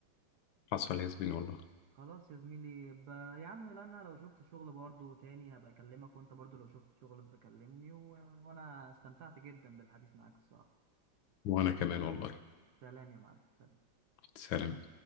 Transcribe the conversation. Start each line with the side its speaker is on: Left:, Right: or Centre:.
Left: حصل يا زميلي والله
Right: خلاص يا زميلي ب... يا عم لا أنا لو شفت شغل برضو تاني هبقى أكلمك وأنت برضو لو شفت شغل بكلمني و... وأنا استمتعت جدا بالحديث معاك الصراحة
Left: وانا كمان والله
Right: سلام يا معلم سلام.
Left: سلام